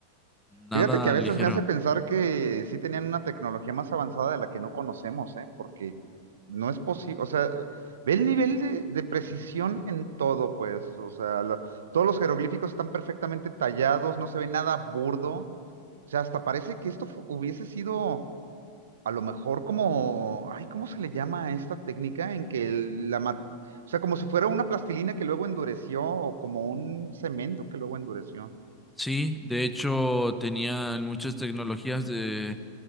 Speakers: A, in the centre; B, on the right.
A: Nada
B: Fíjate que a
A: ligero.
B: veces me hace pensar que sí tenían una tecnología más avanzada de la que no conocemos, ¿eh? Porque no es posible, o sea, ve el nivel de, de precisión en todo, pues, o sea, la- todos los jeroglíficos están perfectamente tallados, no se ve nada burdo, o sea, hasta parece que esto fu- hubiese sido A lo mejor como, ay, ¿cómo se le llama a esta técnica en que el- la, ma- o sea, como si fuera una plastilina que luego endureció o como un cemento que luego endureció.
A: Sí, de hecho tenían muchas tecnologías de,